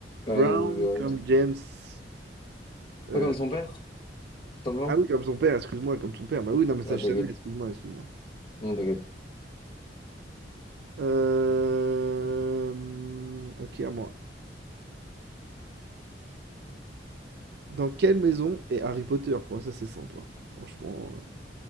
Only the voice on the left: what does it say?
ouais,
ouais.
Pas comme son père, simplement.
Ouais,
t'inquiète,
non, t'inquiète.